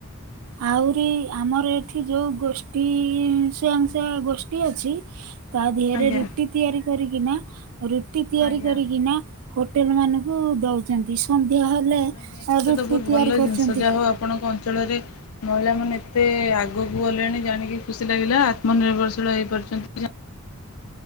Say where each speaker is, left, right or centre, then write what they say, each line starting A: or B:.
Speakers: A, on the right; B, on the left.
A: ଆହୁରି ଆମର ଏଠି ଯୋଉ ଗୋଷ୍ଠୀ ସ୍ଵୟଂସହାୟକଗୋଷ୍ଠୀ ଅଛି ତା ଦେହରେ
B: ଆଜ୍ଞା
A: ରୁଟି ତିଆରି କରିକିନା ରୁଟି ତିଆରି
B: ଆଜ୍ଞା
A: କରିକିନା ହୋଟେଲ ମାନଙ୍କୁ ଦଉଛନ୍ତି ସନ୍ଧ୍ୟା ହେଲେ
B: ଏଇଟା
A: ରୁଟି
B: ତ ବହୁତ
A: ତିଆରି
B: ଭଲ
A: କରୁଛନ୍ତି
B: ଜିନିଷ ଯାହା ହଉ ଆପଣଙ୍କ ଅଞ୍ଚଳରେ ମହିଳା ମାନେ ଏତେ ଆ ଆଗକୁ ଗଲେଣି ଜାଣିକି ଖୁସି ଲାଗିଲା ଆତ୍ମନିର୍ଭରଶୀଳ ହେଇପାରୁଛନ୍ତି